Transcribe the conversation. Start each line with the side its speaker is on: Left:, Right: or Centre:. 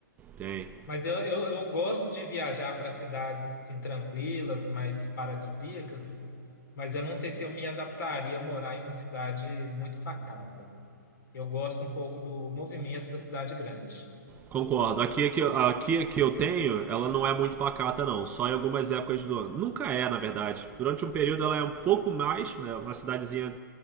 Right: Tem.
Left: Mas eu, eu, eu gosto de viajar para cidades assim tranquilas, mais paradisíacas, mas eu não sei se eu me adaptaria a morar em uma cidade muito pacata. Eu gosto um pouco do movimento da cidade grande.
Right: Concordo. Aqui é que, aqui é que eu tenho, ela não é muito pacata, não. Só em algumas épocas do ano. Nunca é, na verdade. Durante um período ela é um pouco mais, é uma cidadezinha